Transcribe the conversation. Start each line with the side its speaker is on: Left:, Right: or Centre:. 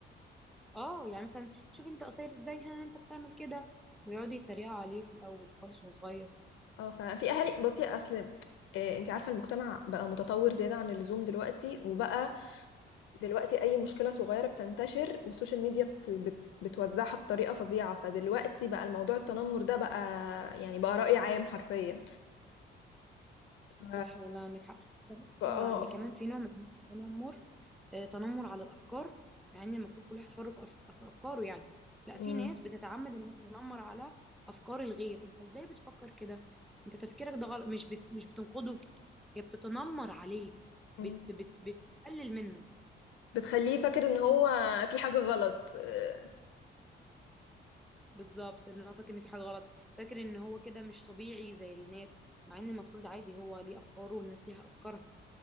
Centre: اه يعني مثلا شوف انت قصير ازاي ها انت بتعمل كده ويقعدوا يتريقوا عليه في الاول خالص وهو صغير
Left: اه ففي اهالي بصي اصل إيه، انت عارفه المجتمع بقى متطور زياده عن اللزوم دلوقتي وبقى دلوقتي اي مشكله صغيره بتنتشر والسوشيال ميديا بت... بت... بتوزعها بطريقه فظيعه فدلوقتي بقى الموضوع التنمر ده بقى يعني بقى رأي عام حرفيا ف
Centre: صح والله عندك حق
Left: ف- اه
Centre: هو ان
Left: ف...
Centre: كمان في نوع من التنمر آه، تنمر على الافكار مع ان المفروض كل واحد حر في أف- في افكاره يعني لا
Left: مم.
Centre: في ناس بتتعمد ان هي تتنمر على افكار الغير انت ازاي بتفكر كده انت تفكيرك ده غلط مش بت... مش بتنقده هي بتتنمر عليه
Left: مم.
Centre: بت... بت... بتقلل منه
Left: بتخليه فاكر ان هو في حاجه غلط آه،
Centre: بالظبط ان هو فاكر ان في حاجه غلط فاكر ان هو كده مش طبيعي زي الناس مع ان المفروض عادي هو ليه افكاره والناس ليها افكارها